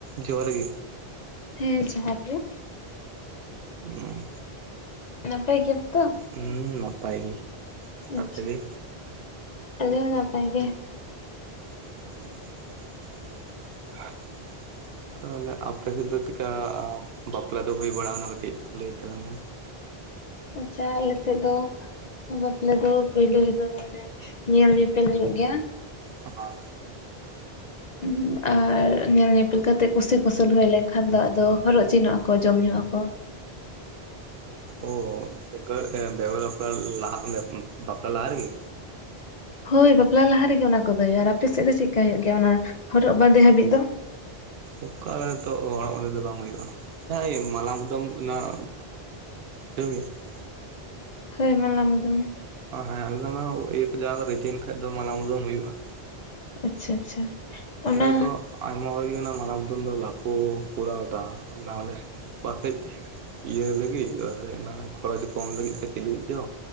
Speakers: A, on the right; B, on the left.
A: ᱡᱚᱦᱟᱨ ᱜᱮ᱾
B: ᱦᱮᱸ ᱡᱚᱦᱟᱨ ᱜᱮ
A: ᱚᱸ
B: ᱱᱟᱯᱟᱭ ᱜᱮᱭᱟᱢ ᱛᱚ
A: ᱦᱩᱸ ᱱᱟᱯᱟᱭ ᱜᱮ
B: ᱟᱪᱷᱟ
A: ᱟᱯᱮ ᱜᱮ
B: ᱟᱞᱮ ᱦᱚᱸ ᱱᱟᱯᱟᱭ ᱜᱮ
A: ᱦᱮᱸ <unintelligible> ᱛᱟᱦᱚᱞᱮ ᱟᱯᱮ ᱥᱮᱫ ᱫᱚ ᱪᱮᱠᱟ ᱵᱟᱯᱞᱟ ᱫᱚ ᱦᱩᱭ ᱵᱟᱲᱟᱣᱱᱟ ᱠᱟᱹᱴᱤᱡ ᱞᱟᱹᱭ ᱛᱟᱞᱟᱝ ᱢᱮ
B: ᱪᱟ ᱟᱞᱮ ᱥᱮᱫ ᱫᱚ ᱵᱟᱯᱞᱟ ᱫᱚ ᱯᱳᱭᱞᱳ ᱨᱮᱫᱚ ᱚᱱᱮ ᱧᱮᱞ ᱧᱮᱯᱮᱞ ᱦᱩᱭᱩᱜ ᱜᱮᱭᱟ᱾
A: ᱦᱚᱸ
B: <unintelligible> ᱟᱨ ᱧᱮᱞ ᱧᱮᱯᱮᱞ ᱠᱟᱛᱮᱜ ᱠᱩᱥᱤ ᱠᱩᱥᱟᱹᱞ ᱦᱩᱭ ᱞᱮᱱᱠᱷᱟᱱ ᱫᱚ ᱟᱫᱚ ᱦᱚᱨᱚᱜ ᱪᱤᱱᱚᱜᱼᱟᱠᱚ ᱡᱚᱢ ᱧᱩᱜ ᱟᱠᱚ
A: ᱚ ᱵᱮᱜᱚᱨ ᱵᱮᱜᱚᱨ ᱵᱟᱞᱟ ᱞ <unintelligible> ᱵᱟᱯᱞᱟ ᱞᱟᱦᱟ ᱨᱮᱜᱤ
B: ᱦᱳᱭ ᱵᱟᱯᱞᱟ ᱞᱟᱦᱟ ᱨᱮᱜᱮ ᱚᱱᱟ ᱠᱚᱫᱚ ᱦᱩᱭᱩᱜᱼᱟ ᱟᱨ ᱟᱯᱮ ᱥᱮᱫ ᱫᱚ ᱪᱮᱠᱟ ᱦᱩᱭᱩᱜ ᱜᱮᱭᱟ ᱚᱱᱟ ᱦᱚᱨᱚᱜ ᱵᱟᱸᱫᱮ ᱦᱟᱹᱵᱤᱡ ᱫᱚ
A: ᱚᱠᱟᱞᱮ ᱛᱚ ᱚᱲᱟᱜ ᱵᱟᱸᱫᱮ ᱫᱚ ᱵᱟᱝ ᱦᱩᱭᱩᱜᱼᱟ <unintelligible> ᱦ ᱢᱟᱞᱟᱠᱫᱚᱢ ᱚᱱᱟᱣ ᱜᱮᱭᱟ <unintelligible>
B: ᱦᱳᱭ ᱢᱟᱞᱟ ᱢᱩᱫᱚᱢ
A: ᱦᱮᱸ ᱟᱞᱮ ᱤᱭᱟᱹ ᱠᱚ ᱡ ᱨᱤᱫᱤᱭᱮᱱ ᱠᱷᱟᱡ ᱫᱚ ᱢᱟᱞᱟ ᱢᱩᱫᱚᱢ ᱦᱩᱭᱩᱜᱼᱟ <unintelligible>
B: ᱟᱪᱪᱷᱟ ᱟᱪᱪᱷᱟ ᱚᱱᱟ
A: ᱟᱫᱚ ᱟᱭᱢᱟ ᱦᱚᱲ ᱜᱮ ᱚᱱᱟ ᱢᱟᱞᱟ ᱢᱩᱫᱟᱹᱢ ᱫᱚ ᱵᱟᱠᱚ ᱠᱚᱨᱟᱣᱫᱟ ᱱᱟᱚᱞᱮ ᱵᱟᱮᱡ <unintelligible> ᱤᱭᱟᱹ ᱞᱟᱹᱜᱤᱫ ᱚᱱᱟ ᱠᱷᱚᱨᱚᱪ ᱠᱚᱢ ᱞᱟᱹᱜᱤᱫ ᱪᱚ ᱪᱮᱫ ᱞᱟᱹᱜᱤᱫ ᱪᱚ